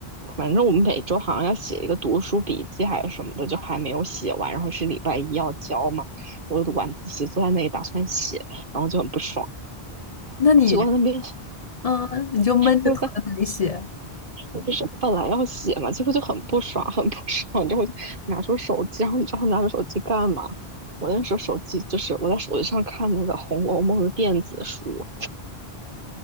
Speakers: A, on the right; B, on the left.
A: 反正我们每周好像要写一个读书笔记还有什么的，就还没有写完，然后是礼拜一要交嘛，我晚自习坐在那里打算写，然后就很不爽，
B: 那你，
A: 结果他那边
B: 嗯，你就闷着头在那里写
A: 就在。我不是我本来要写嘛，结果就很不爽，很不爽，然后我就拿出手机，然后你知道我拿出手机干嘛？我那时候手机就是我在手机上看那个《红楼梦》的电子书，